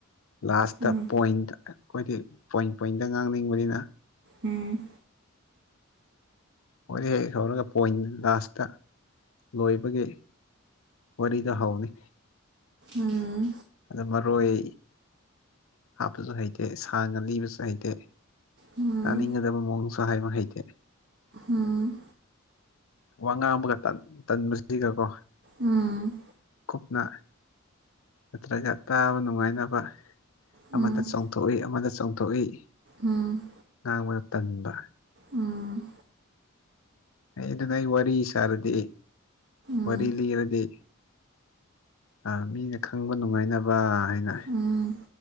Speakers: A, on the left; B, on the right.
A: ꯂꯥꯁꯇ
B: ꯎꯝ
A: ꯄꯣꯏꯟꯗ ꯑꯩꯈꯣꯏꯗꯤ ꯄꯣꯏꯟ ꯄꯣꯏꯟꯇ ꯉꯥꯡꯅꯤꯡꯕꯅꯤꯅ
B: ꯎꯝ
A: ꯍꯛ ꯍꯦꯛ ꯍꯧꯔꯒ ꯄꯣꯏꯟ ꯂꯥꯁꯇ ꯂꯣꯏꯕꯒꯤ ꯋꯥꯔꯤꯔꯤꯗ ꯍꯥꯎꯅꯤ
B: ꯑꯥ
A: ꯑꯗ ꯃꯔꯣꯏ ꯍꯥꯞꯄꯁꯨ ꯍꯩꯇꯦ ꯁꯥꯡꯅ ꯂꯤꯕꯁꯨ ꯍꯩꯇꯦ
B: ꯎꯝ
A: ꯇꯥꯅꯤꯡꯒꯗꯕ ꯃꯑꯣꯡꯁꯨ ꯍꯥꯏꯕ ꯍꯩꯇꯦ
B: ꯑꯝ
A: ꯋꯥ ꯉꯥꯡ ꯑꯃꯒ ꯇꯟꯕꯁꯤꯒꯀꯣ
B: ꯎꯝ
A: ꯀꯨꯞꯅ ꯅꯠꯇ꯭ꯔꯒ ꯇꯥꯕ ꯅꯨꯡꯉꯥꯏꯅꯕ
B: ꯎꯝ
A: ꯑꯃꯗ ꯆꯣꯡꯊꯣꯛꯏ ꯑꯃꯗ ꯆꯣꯡꯊꯣꯛꯏ
B: ꯎꯝ
A: ꯉꯥꯡꯕꯗ ꯇꯟꯕ
B: ꯎꯝ
A: ꯑꯩ ꯑꯗꯨꯅꯦ ꯑꯩ ꯋꯥꯔꯤ ꯁꯥꯔꯗꯤ
B: ꯎꯝ
A: ꯋꯥꯔꯤ ꯂꯤꯔꯗꯤ ꯑ ꯃꯤꯅ ꯈꯪꯕ ꯅꯨꯡꯉꯥꯏꯅꯕ ꯍꯥꯏꯅ
B: ꯎꯝ